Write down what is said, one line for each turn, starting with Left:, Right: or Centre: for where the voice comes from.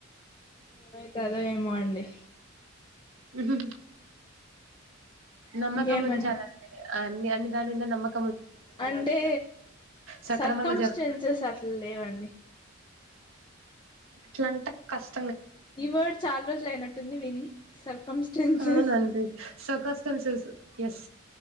Left: ఏమైతాదో ఏమో అండి
Right: ఉహుహు నమ్మకముంచాలండి
Left: ఇంకేమండి
Right: మీర అన్ని అన్ని దాని మింద నమ్మక్
Left: అంటే
Right: సక్రమంగా
Left: సర్కంస్టెంచెస్ అట్ల లేవండి.
Right: ఇట్లంటే కష్
Left: ఈ వర్డ్ చాలా రోజులు అయినట్టుంది విని సర్కంస్టెన్సస్
Right: అవునండి సర్కస్టెన్సెస్ ఎస్